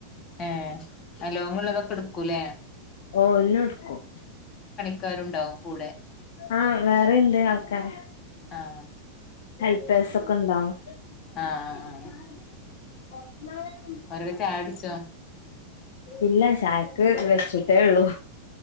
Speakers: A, on the left; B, on the left.
A: ഏ ലോങ്ങ്ള്ളതൊക്കെട്ക്കുലേ?
B: ഓ എല്ലുട്ക്കും.
A: ക്കാരുണ്ടാവും കൂടെ
B: ആഹ്. വേറീണ്ട് ആൾക്കാര്
A: ആഹ്
B: ഹെൽപ്പേയ്സൊക്കെണ്ടാവും
A: ആഹ് ആഹ് ആഹ്
B: <unintelligible>
A: ഓരൊക്കെ ചായുട്ച്ചോ?
B: ഇല്ല ചായക്ക് വെച്ചിട്ടേള്ളൂ